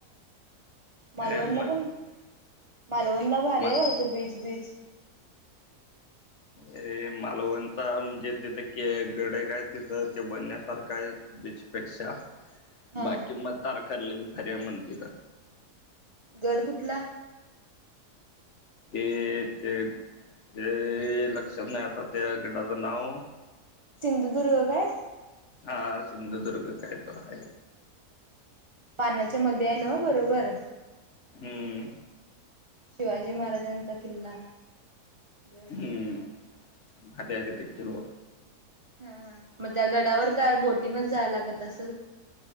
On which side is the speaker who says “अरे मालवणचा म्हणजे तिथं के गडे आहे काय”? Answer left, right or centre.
Left